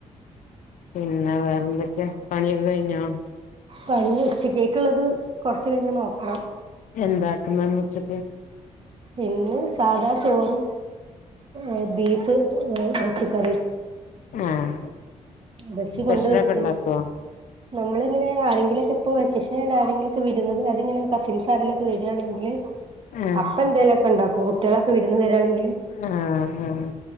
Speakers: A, on the left (about 70°); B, on the right (about 40°).
A: പിന്നെ വേറെന്തൊക്കെയാ പണിയൊക്കെ കഴിഞ്ഞോ
B: പണി ഉച്ചക്കേക്കുള്ളത് കൊറച്ചു കഴിഞ്ഞ നോക്കണം
A: എന്താക്കുന്നന്ന് വെച്ച്ട്ട്
B: ഇന്ന് സാധാ ചോറും ഏ ബീഫ് ഏ ഇറച്ചി കറിം
A: ആഹ്
B: ഇറച്ചി
A: സ്പെഷ്യലൊക്കെ
B: കൊണ്ട് വെച്ച്
A: ഇണ്ടാക്കോ
B: നമ്മളിങ്ങനെ ആരെങ്കിലക്കെപ്പോ വെക്കേഷന് ണ്ട് ആരെങ്കിലൊക്കെ വരുന്നത് അതിങ്ങനെ കസിൻസ് ആരെങ്കി വരിയാണെങ്കില്
A: ആഹ്
B: അപ്പ എന്തേലെക്കെ ഇണ്ടാക്കും കുട്ടികളൊക്കെ വിരുന്ന് വരെണെങ്കിൽ
A: ആഹ് ആഹ്